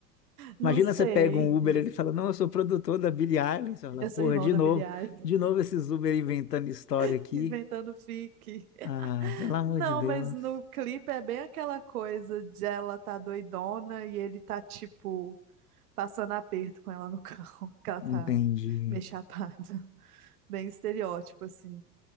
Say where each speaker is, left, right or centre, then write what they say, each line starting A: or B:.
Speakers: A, on the right; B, on the left.
A: Não
B: Imagina
A: sei.
B: você pega um Uber, ele fala, não, eu sou produtor da Billie Eilish. Você Fala,
A: Eu
B: porra,
A: sou irmão
B: de
A: da
B: novo,
A: Billie Eilish.
B: de novo esses Uber inventando história
A: <laughs>
B: aqui.
A: Inventando fique.
B: Ah, pelo amor
A: Não,
B: de Deus.
A: mas no clipe é bem aquela coisa de ela tá doidona e ele tá tipo passando aperto com ela no carro, <laughs> que ela tá
B: Entendi.
A: meio chapada. <laughs> Bem estereótipo, assim.